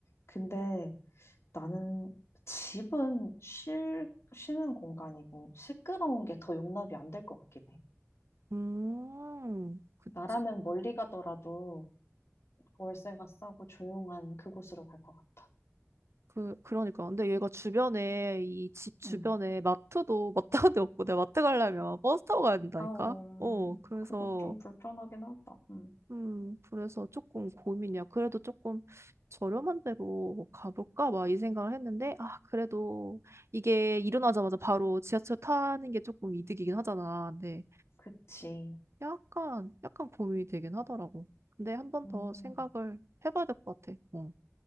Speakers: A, on the left; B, on the right.
A: 근데 나는 집은 쉴 쉬는 공간이고 시끄러운 게 더 용납이 안 될 것 같긴 해.
B: 음, 그치.
A: 나라면 멀리 가더라도 월세가 싸고 조용한 그곳으로 갈 것 같아.
B: 그, 그러니까. 근데 얘가 주변에, 이 집 주변에
A: 음.
B: 마트도, <laughs> 마트가 데 없고, 내가 마트 가려면 버스 타고 가야 된다니까?
A: 아우,
B: 어,
A: 음,
B: 그래서,
A: 그건 좀 불편하긴 하다. 음,
B: 음, 그래서 조금 고민이야. 그래도 조금 저렴한 데로 가볼까? 막 이 생각을 했는데, 아, 그래도 이게 일어나자마자 바로 지하철 타는 게 조금 이득이긴 하잖아. 근데
A: 그치.
B: 약간, 약간 고민이 되긴 하더라고. 근데 한 번
A: 음,
B: 더 생각을 해봐야 될 것 같아. 어.